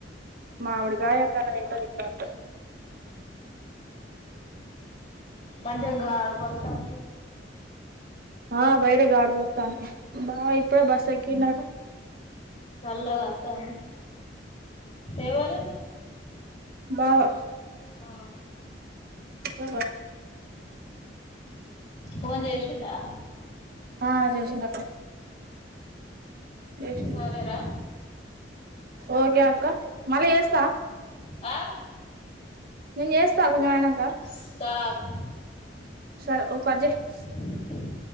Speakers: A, on the right; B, on the left.
A: మా అడు కాయ అప్పుడనా నింట నింట అంత
B: పంచి గగాడ పొత్తంది
A: ఆా బైర గ ఆడ్బ తను బా ఇప్పుడ బస్సకిన్నారు
B: చల్ వత్తాం ఎవరు
A: బాళ
B: ఆ
A: స
B: ఫోన్ చేసిండా
A: ఆ చేసిండు జేసిండు
B: సరేరా
A: ఓకే అక్ అక్క మళ్ళీ చేస్తా
B: ఆ
A: నెన్ చేస్తా ఆగ్ కొంచమైనక
B: సాప్
A: సరే ఒక అర్జెంట్
B: <inaudible>